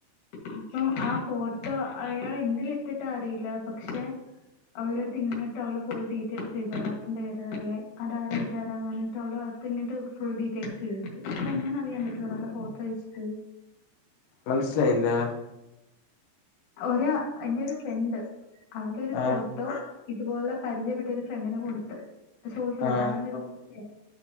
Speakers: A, on the left; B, on the left.
A: അപ്പം ആ ഫോട്ടോ അയാളെന്തിലിട്ടിട്ടാ അറിയില്ല പക്ഷെ അവള്ടട്ത്ത് ഇങ്ങട്ടവള്ടെ ഫുൾ ഡീറ്റെയിൽസ് ചോയ്ക്കുന്നു നിന്റെ പേരതല്ലേ അതാരാ ഇതാരാ ന്ന് പറഞ്ഞിട്ട് അവള്ടെ ബാക്ക് എന്നിട്ട് ഫുൾ ഡീറ്റെൽസ് ചോദിച്ചു അതെങ്ങനെ അറിയാൻ പറ്റും ഒരാൾടെ ഫോട്ടോ വെച്ചിട്ട്
B: മനസ്സ്ലായില്ല
A: ഒരാ എന്റെ ഒരു ഫ്രണ്ട് അവള്ടെ ഒരു ഫോട്ടോ
B: ഏഹ്
A: ഇതുപോലെ പരിചയപ്പെട്ട ഒരു ഫ്രണ്ടിന് കൊട്ത്ത് പക്ഷെ <unintelligible>
B: ഏഹ്
A: കാണാൻ <unintelligible>